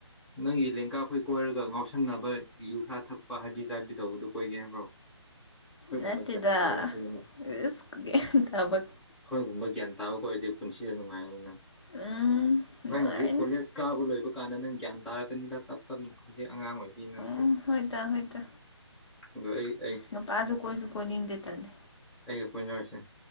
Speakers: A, in the centre; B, on the left.
A: ꯅꯪꯒꯤ ꯂꯦꯡꯒꯥꯈꯣꯏ ꯀꯣꯏꯔꯒ ꯉꯥꯎꯁꯤ ꯆꯁꯟꯅꯕ ꯌꯨ ꯈꯔ ꯊꯛꯄ ꯍꯥꯏꯕꯤ ꯆꯥꯕꯤ ꯇꯧꯕꯗꯨ ꯀꯣꯏꯒꯦ ꯍꯥꯏꯕ꯭ꯔꯣ ꯑꯩꯈꯣꯏꯒꯨꯝꯕ
B: ꯅꯠꯇꯗ
A: ꯒ꯭ꯌꯥꯟ ꯇꯥꯕ ꯀꯣꯏꯅ
B: ꯔꯔꯤꯕ
A: ꯑꯩꯈꯣꯏꯒꯨꯝꯕ ꯒ꯭ꯌꯥꯟ ꯇꯥꯕ ꯀ ꯑꯣꯏꯗꯦ ꯄꯨꯟꯁꯤꯗ ꯅꯨꯡꯉꯥꯏꯅꯤ ꯅꯪ
B: ꯎꯝ ꯅꯨꯡꯉꯥꯏꯅꯤ
A: ꯅꯪꯒꯔꯤ ꯀꯣꯂꯦꯖ ꯀꯥꯕ ꯂꯣꯏꯕ ꯀꯥꯟꯗ ꯅꯪ ꯒ꯭ꯌꯥꯟ ꯇꯥꯔꯛꯀꯅꯤꯗ ꯇꯞ ꯇꯞꯅ ꯍꯧꯖꯤꯛ ꯑꯉꯥꯡ ꯑꯣꯏꯕꯤ ꯅꯪꯁꯦ
B: ꯎꯝ ꯍꯣꯏ ꯇ ꯍꯣꯏ ꯇ
A: ꯑꯗꯣ ꯑꯩ
B: ꯅꯨꯄꯥꯁꯨ ꯀꯣꯏꯁꯨ ꯀꯣꯏꯅꯤꯡꯗꯦ ꯇꯜꯦ
A: ꯑꯩ ꯀꯣꯏꯅꯔꯁꯤ